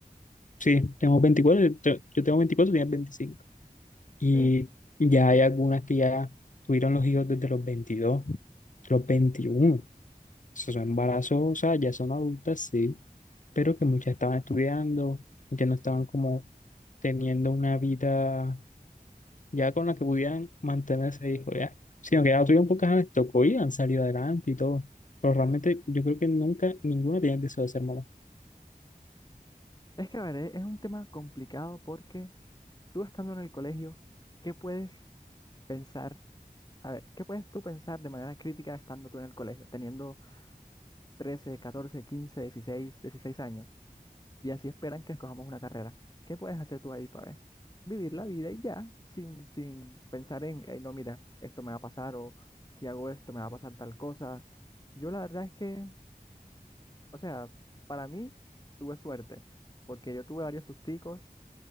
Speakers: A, on the left; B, on the left.
A: Sí, tenemos veinticuatro yo te- yo tengo veinticuatro tienes veinticinco Y
B: Sí.
A: ya hay algunas que ya tuvieron los hijos desde los veintidós los veintiuno Esos son embarazos, o sea, ya son adultas, sí, pero que muchas estaban estudiando, que no estaban como teniendo una vida ya con la que pudieran mantenerse hijo, ya. Sino que ya tuvieron pocas les tocó y han salido adelante y todo. Pero realmente
B: Es,
A: yo creo que nunca, ninguna tenía el deseo de ser mamá.
B: es que, a ver, es es un tema complicado porque tú estando en el colegio, ¿qué puedes pensar? A ver, ¿qué puedes tú pensar de manera crítica estando tú en el colegio, teniendo 13, 14, 15, dieciséis, 16 años? Y así esperan que escojamos una carrera. ¿Qué puedes hacer tú ahí para ver? Vivir la vida y ya, sin, sin pensar en, "Ey, no, mira, esto me va a pasar o si hago esto me va a pasar tal cosa. Yo la verdad es que, o sea, para mí tuve suerte, porque yo tuve varios susticos